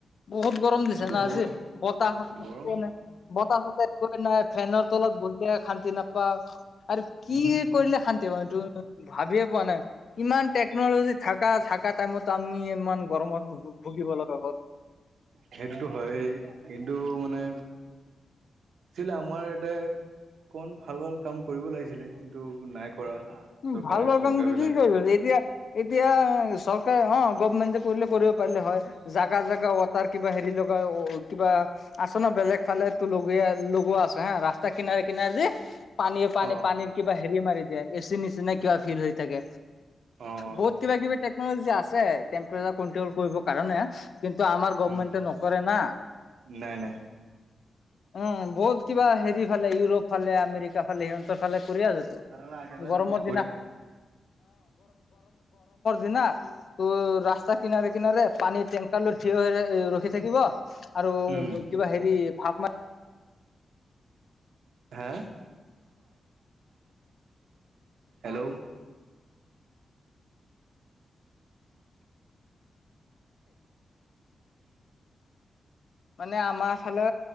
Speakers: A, on the left (about 60°); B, on the right (about 85°).
A: বহুত গৰম দিছে
B: এইটোতো
A: না
B: হ'বই
A: আজি, বতাহ চতাহ
B: গৰম
A: একো নাই বতাহ চতাহ একোৱে নাই। ফেনৰ তলত বহিয়ে শান্তি নাপাওঁ আৰু কি
B: উহু
A: কৰিলে শান্তি হম, এইটো ভাবিয়ে পোৱা নাই। ইমান টেকনলজি থকা থকা টাইমত আমি ইমান গৰমত ভুগিব লগা হ'ল।
B: সেইটোতো হয়ে কিন্তু মানে আছিলে আমাৰ ইয়াতে অন ভাল ভাল কাম কৰিব লাগিছিলে কিন্তু নাই কৰা
A: উম,
B: চৰকাৰে
A: ভাল ভাল
B: চৰকাৰ
A: কামটো
B: বিলাকে
A: কি কৰিবা যেতিয়া এতিয়া চৰকাৰে অ', গৰ্ভমেণ্টে কৰিলে কৰিব পাৰিলে হয়। জাগা জোগা ৱাটাৰ কিবা হেৰি লগাই কিবা আছো ন' বেলেগ ফালেতো লগিয়া লগোৱা আছে হা ৰাস্তা কিনাৰে কিনাৰে যে পানীয়ে পানী
B: অ
A: পানীৰ কিবা হেৰি মাৰি দিয়ে এচি নিচিনা কিবা ফিল হৈ থাকে,
B: অ অ
A: বহুত কিবা কিবি টেকনলজি আছে টেম্পেৰেলা কন্ট্ৰল কৰিবৰ কাৰণে কিন্তু আমাৰ গৰ্ভমেনটে
B: উম
A: নকৰে না।
B: নাই নাই
A: উম, বহুত কিবা হেৰি ফালে ইউৰোপ ফালে আমেৰিকা ফালে সিহঁতৰ ফালে কৰি আছে তো।
B: তাৰ আগতে বলে দিলে।
A: <unintelligible> গৰমৰ দিনা ৰাস্তা কিনাৰে, কিনাৰে পানী তে থিয় হৈ ৰখি থাকিব আৰু
B: উম
A: কিবা হেৰি ম
B: হা? হেল্ল'। উম।
A: মানে আমাৰ ফালে